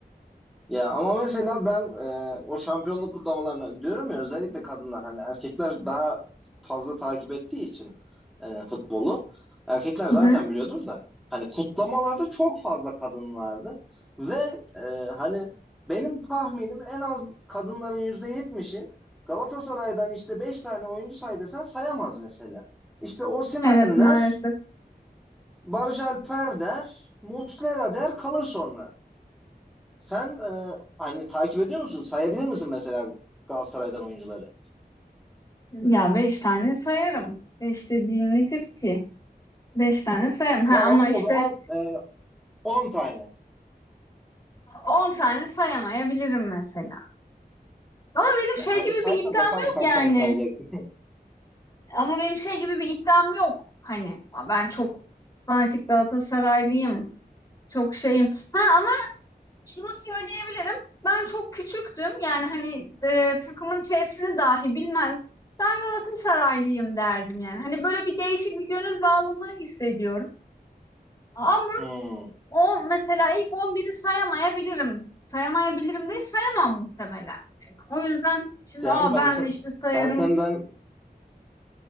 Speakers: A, in the centre; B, on the left (about 20°).
A: Ya ama mesela ben e, o şampiyonluk kutlamalarına diyorum ya özellikle kadınlar hani erkekler daha fazla takip ettiği için e, futbolu erkekler
B: Hı
A: zaten
B: hı.
A: biliyordur da hani kutlamalarda çok fazla kadın vardı ve e, hani benim tahminim en az kadınların yüzde yetmişi Galatasaray'dan işte 5 tane oyuncu say desen sayamaz mesela. İşte Osimhen
B: Evet maalesef.
A: der, Barış Alper der, Muslera der kalır sonra. Sen e, hani takip ediyor musun? Sayabilir misin mesela Galatasaray'dan oyuncuları?
B: Ya beş tane sayarım. Beş dediğin nedir ki? Beş tane sayarım. Ha,
A: Tamam
B: ama
A: o
B: işte
A: zaman e, 10 tane.
B: on tane sayamayabilirim mesela. Ama benim şey
A: E, hadi
B: gibi
A: say
B: bir iddiam
A: da bakalım
B: yok
A: kaç
B: yani.
A: tane sayacaksın.
B: Ama benim şey gibi bir iddiam yok. Hani ben çok fanatik Galatasaraylıyım. Çok şeyim. Ha ama şunu söyleyebilirim. Ben çok küçüktüm. Yani hani e, takımın T'sini dahi bilmezdim. Ben Galatasaraylıyım derdim yani. Hani böyle bir değişik bir gönül bağlılığı hissediyorum. Ama
A: Hmm.
B: O mesela ilk on biri sayamayabilirim. Sayamayabilirim değil, sayamam muhtemelen. Yani O yüzden şimdi
A: Canım
B: aa
A: ben
B: ben
A: sen,
B: de işte sayarım.
A: ben senden